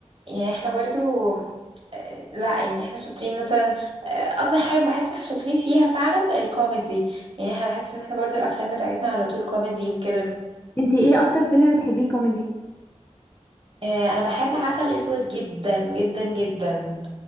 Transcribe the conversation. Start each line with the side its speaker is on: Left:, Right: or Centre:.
Right: يعني احنا برضو آه، لا يعني احنا شاطرين مثلا آه، اكتر حاجه بحس ان احنا شاطرين فيها فعلا الكوميدي يعني احنا بحس ان احنا برضو الافلام بتاعتنا على طول كوميدي وكده
Left: انت ايه اكتر فيلم بتحبيه كوميدي
Right: آه، انا بحب عسل اسود جدا جدا جدا